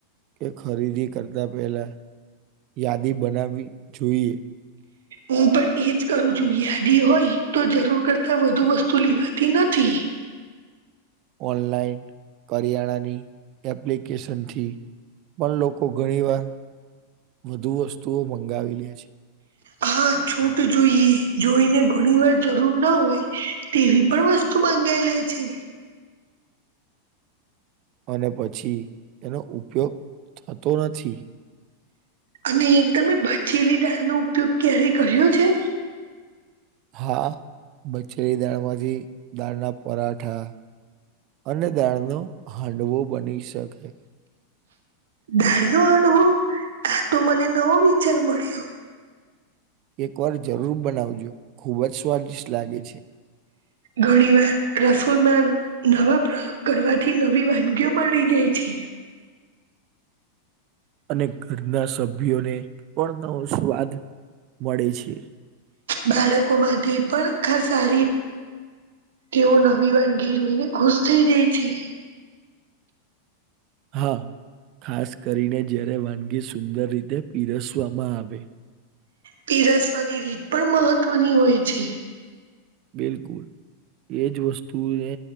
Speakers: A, on the right; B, on the right.
A: કે ખરીદી કરતા પેલા યાદી બનાવી જોઈએ.
B: હું પણ એજ કરું છું યાદી હોય તો જરૂર કરતા વધુ વસ્તુ લેવાતી નથી.
A: ઓનલાઈન કરિયાણાની એપ્લિકેશનથી પણ લોકો ઘણી વાર વધુ વસ્તુઓ મંગાવી લે છે.
B: હા છૂટ જોઈએ જોઈને ઘણી વાર જરૂર ના હોય તેવી પણ વસ્તુ મંગાવાઈ લે છે.
A: અને પછી એનો ઉપયોગ થતો નથી.
B: અને તમે ભચેલી દાળનો ઉપયોગ ક્યારે કર્યો છે.
A: હા બચેલી દાળમાંથી દાળના પરાઠા અને દાળ ન હાંડવો બની શકે
B: દાડ નો હડવો આ તો મને નવો વિચાર મળ્યો.
A: એક વાર જરૂર બનાવજો ખુબ જ સ્વાદિષ્ટ લાગે છે.
B: ઘણી વાર રસોઈમાં નવા પ્રયોગ કરવાથી નવી વાનગીઓ મળી જાય છે.
A: અને ઘરના સભ્યોને પણ નવો સ્વાદ મળે છે.
B: બાળકો માટે પણ સારી તેઓ નવી વાનગી જોઈને ખુશ થઈ જઈ છે.
A: હા ખાસ કરીને જયારે વાનગી સુંદર રીતે પીરસવામાં આવે
B: પીરસવાની રીત પણ મહત્વની હોય છે.
A: બિલકુલ એજ વસ્તુને